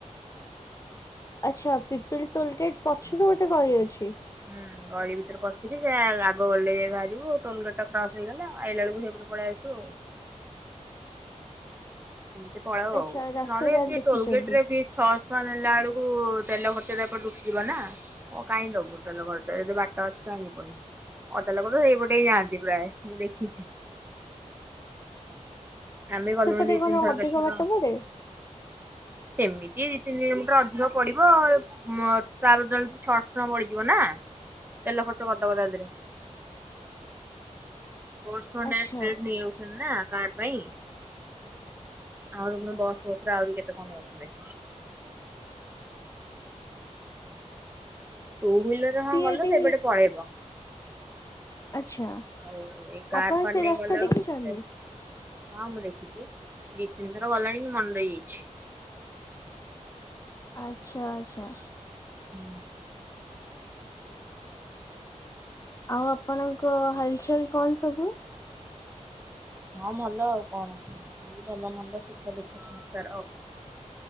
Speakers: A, on the left (about 25°); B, on the right (about 15°).
A: ଆଚ୍ଛା ପିପିଲ ଟୋଲ ଗେଟ୍ ପଛରୁ ଗୋଟେ ଗଳି ଅଛି।
B: ହୁଁ ଗଳି ଭିତରେ ପଶିକି ସେ ଆଗ ଗଳିରେ ଯାଇ ବାହାରିବୁ ଟୋଲ ଗେଟ ଟା କ୍ରସ ହେଇଗଲା ଆଇଲା ବେକୁ ସେପଟେ ପଳେଇ ଆସୁ ଆଉ। ଏମିତି ପଲାଉ
A: ଆଚ୍ଛା
B: ଆଉ
A: ରାସ୍ତା
B: ନହେଲେ
A: ତାହେଲେ
B: ଏମିତି
A: ଦେଖିଛନ୍ତି
B: ଟୋଲ ଗେଟ ରେ ବି ଛଅ ଟଙ୍କା ନେଲା ବେଳକୁ ତେଲ ଖର୍ଚ୍ଚ ଏପ ଡୁକିଯିବ ନା କଁ କାଇହିଁ ଦବୁ ତେଲ ଖର୍ଚ୍ଚ ଯଦି ବାଟ ଅଛି। ଜଣିିବନି ଅଟ ଲୋକ ତ ସେଇପଟେ ଯାଆନ୍ତି ପ୍ରାୟ ମୁଁ ଦେଖିଛି। ଆମ ଗଲୁଣି
A: ସେପଟେ
B: ଦି ତିନି
A: କଣ
B: ଥର
A: ଅଧିକ
B: କେତେ ଥର।
A: ବାଟ ପଡେ?
B: ସେମିତି ଦି ତିନିମଟର ଅଧିକ ପଡିବ। ତା ବଦ ଛର୍ସଣ ମଡିଯିବ ନା ତେଲ ଖର୍ଚ୍ଚ କରିଦବ ତା ଦେହରେ। <unintelligible> ନେଇଯାଉଛନ୍ତି
A: ଆଚ୍ଛା
B: ନା କାର୍ ପାଇଁ। ଆହୁରି ପୁଣି ବସ୍ ବସ୍‌ ରେ ଆହୁରି କେତେ କଣ ହୋଉଥିବେ। ଟୁ ହିଲର
A: ସିଏଠି
B: ହଁ ଗଲେ ହଁ ସେପଟେ ପଳେଇବ।
A: ଆଚ୍ଛା
B: ଆଉ ଏଇ କାର୍
A: ଆପଣ
B: ଫାର୍
A: ସେ
B: ନେଇ
A: ରାସ୍ତା
B: ଗଲାବେଳକୁ
A: ଦେଖିଛନ୍ତି?
B: ହଁ ମୁଁ ଦେଖିଛି ଦି ତିନି ଥର ଗଲାଣି ମନ ରହିଯାଇଚି।
A: ଆଚ୍ଛା ଆଚ୍ଛା।
B: ହୁଁ।
A: ଆଉ ଆପଣଙ୍କ ହାଲ୍ ଚାଲ୍ କଣ ସବୁ?
B: ହଁ ଭଲ ଆଉ କଣ ଭଲ ମନ୍ଦ ସୁଖ ଦୁଃଖ ସଂସାର ଆଉ।